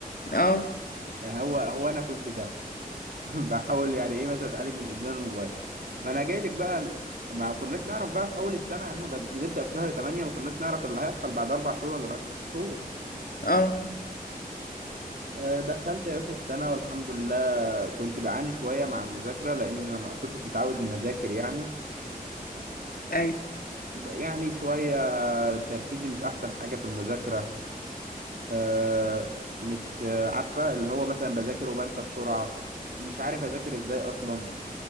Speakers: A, on the left (about 75°); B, on the right (about 70°).
A: اه
B: هو هو انا كنت ده <laughs> بحاول يعني ايه مثلا اتعالج من ادمان الموبايل ما انا جاي لك بقى ال- ما كناش نعرف بقى في اول السنه احنا بد- بنبدا في شهر 8 ما كناش نعرف اللي هيحصل بعد اربع شهور ولا بعد ست شهور
A: اه
B: آه، دخلت يا باشا السنه والحمد لله كنت بعاني شويه مع المذاكره لان انا ما كنتش متعود ان اذاكر يعني
A: ايوه
B: يعني شويه تركيزي مش احسن حاجه في المذاكره آه، مش آه، عارفه اللي هو مثلا بذاكر وبنسى بسرعه مش عارف اذاكر ازاي اصلا